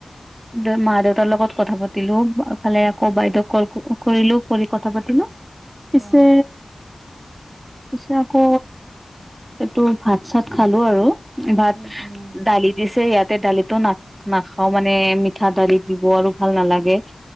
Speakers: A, on the right; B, on the right.
A: দে মা দেউতাৰ লগত কথা পাতিলো ভালে আকৌ বাইদেউ কল কৰিলো কৰি কথা পাতিলো পিছে
B: অ'।
A: পিছে আকৌ ত এইটো ভাত চাত খালো আৰু ভাত
B: উম, উম,
A: দালি দিছে ইয়াতে দালিিতটো না নাখ অ মানে পিঠা দাৰি দিব আৰু ভাল নালাগে স